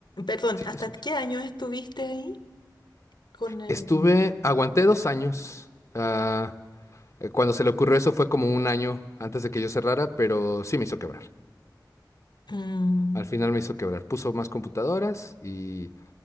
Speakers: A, on the left (about 70°); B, on the left (about 40°).
A: Perdón,
B: Sí,
A: ¿hasta
B: te escucho.
A: qué año estuviste ahí con el...
B: Estuve, aguanté dos años. ah, eh, cuando se le ocurrió eso fue como un año antes de que yo cerrara, pero sí me hizo quebrar.
A: Mm.
B: Al final me hizo quebrar. Puso más computadoras y,